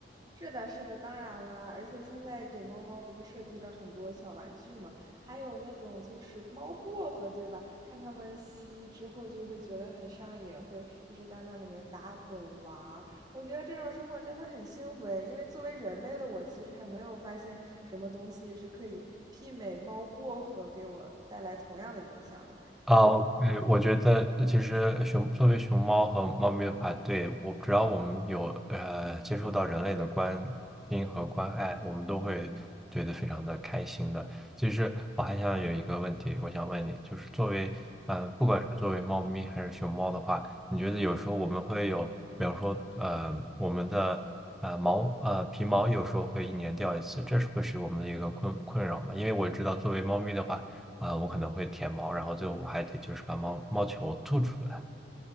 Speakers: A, on the right; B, in the centre.
A: 是的，是的，当然啦，而且现在给猫猫不是设计了很多小玩具嘛，还有那种就是猫薄荷，对吧？看它们吸之后就会觉得很上瘾，会一直在那里面打滚玩我觉得这种生活真的很幸福诶，因为作为人类的我，其实还没有发现什么东西是可以媲美猫薄荷给我带来同样的影响的。
B: 哦，对，我觉得其实熊作为熊猫和猫咪的话，对，我只要我们有呃接触到人类的关心和关爱，我们都会觉得非常的开心的。其实我还想有一个问题，我想问你，就是作为嗯、呃不管是作为猫咪还是熊猫的话，你觉得有时候我们会有，比方说呃我们的呃毛呃皮毛有时候会一年掉一次，这是会是我们的一个困困扰嘛？因为我知道作为猫咪的话。啊，我可能会舔猫，然后最后我还得就是把猫猫球吐出来